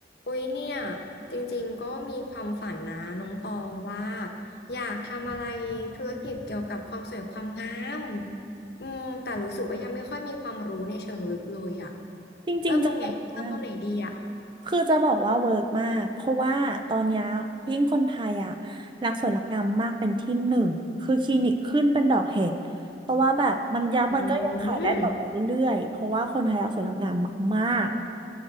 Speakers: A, on the left; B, on the right.
A: อุ๊ยเนี่ยจริงๆก็มีความฝันนะน้องตองว่าอยากทำอะไรธุรกิจเกี่ยวกับความสวยความงามอืมแต่รู้สึกว่ายังไม่ค่อยมีความรู้ในเชิงลึกเลยอะ
B: จริงๆจะบอกว่า
A: เริ่มตรงไหนเริ่มตรงไหนดีอะ
B: คือจะบอกว่าเวิร์กมากเพราะว่าตอนเนี้ยยิ่งคนไทยอ่ะรักสวยรักงามมากเป็นที่หนึ่งคือคลินิกขึ้นเป็นดอกเห็ดเพราะว่าแบบมันยังมันก็ยังขายได้ต่อไปเรื่อยๆเพราะว่าคนไทยรักสวยรักงามมาก
A: อืม